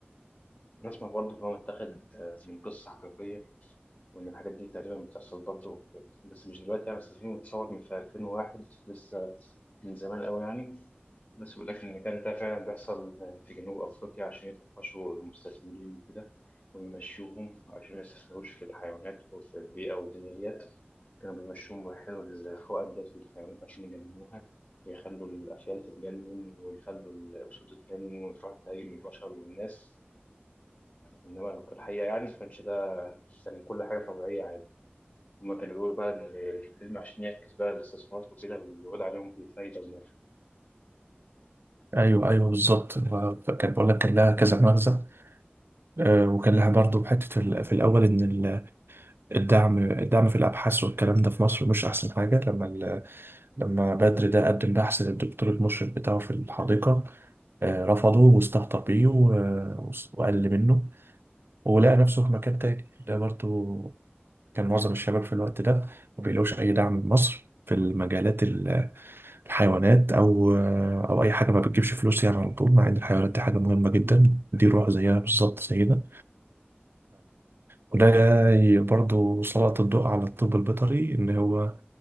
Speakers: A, on the left; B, on the right.
A: نسمع برضو إن هو متاخد آه، من قصة حقيقية وإن الحاجات دي تقريبا بتحصل برضه بس مش دلوقتي يعني بس الفيلم اتصور من في 2001 لسه من زمان قوي يعني بس بيقول لك إن كان ده فعلا بيحصل في جنوب أفريقيا عشان يطفشوا المستثمرين وكده ويمشوهم عشان ما يستثمروش في الحيوانات وفي البيئة والدنيا ديت كانوا بيمشوهم ويحيلوا الحقن ديت للحيوانات عشان يجننوها ويخلوا الأفيال تتجنن ويخلوا الأسود تتجنن وتروح تهاجم البشر والناس إنما في الحقيقة يعني ما كانش ده كان كل حاجة طبيعية عادي. هما كانوا بيقولوا بقى إن الفيلم عشان يعكس بقى الاستثمارات وكده ويعود عليهم بفايدة ونفع
B: أيوه أيوه بالظبط هو كان بقول لك كان لها كذا مغزى آه، وكان لها برضه حتة ال- في الأول إن ال- الدعم الدعم في الأبحاث والكلام ده في مصر مش أحسن حاجة لما ال- لما بدر ده قدم بحث للدكتور المشرف بتاعه في الحديقة آه، رفضه واستهتر بيه و- وقل منه ولقى نفسه في مكان تاني ده برضه كان معظم الشباب في الوقت ده ما بيلاقوش أي دعم من مصر في المجالات ال- الحيوانات أو أو أي حاجة ما بتجيبش فلوس يعني على طول مع إن الحيوانات دي حاجة مهمة جدا دي روح زيها بالظبط زينا وده ي- برضو سلط الضوء على الطب البيطري إن هو